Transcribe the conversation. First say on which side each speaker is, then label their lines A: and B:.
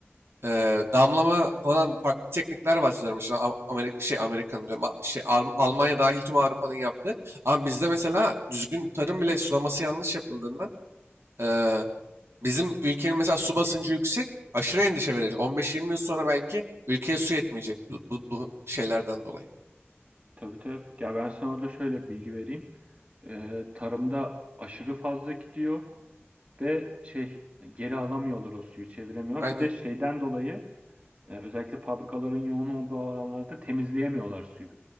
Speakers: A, on the right (about 65°); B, on the right (about 30°).
A: e, damlama falan farklı teknikler var sanırım. İşte Amerika, şey Amerika'nın diyorum. A- Şey, Al- Almanya dahil tüm Avrupa'nın yaptığı. Ama bizde mesela düzgün tarım bile sulaması yanlış yapıldığından e, bizim ülkenin mesela su basıncı yüksek. Aşırı endişe verici. 15-20 yıl sonra belki ülkeye su yetmeyecek bu, bu, bu şeylerden dolayı.
B: Tabii tabii. Ya ben sana orada şöyle bilgi vereyim. Ee, tarımda aşırı fazla gidiyor. de şey e, geri alamıyorlar o suyu çeviremiyorlar.
A: Aynen.
B: Bir de şeyden dolayı e, özellikle fabrikaların yoğun olduğu alanlarda temizleyemiyorlar suyu.